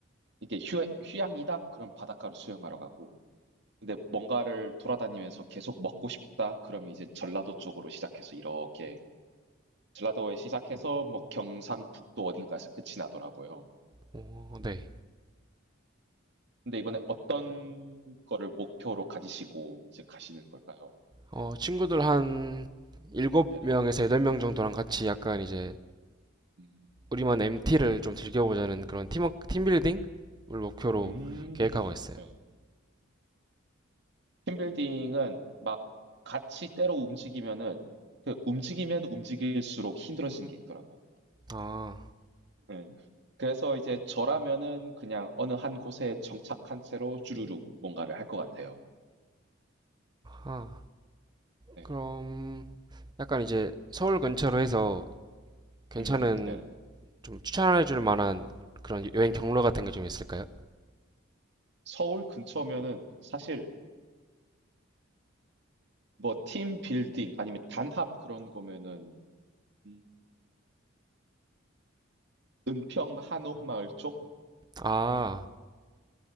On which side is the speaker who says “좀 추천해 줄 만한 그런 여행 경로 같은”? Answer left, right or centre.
Right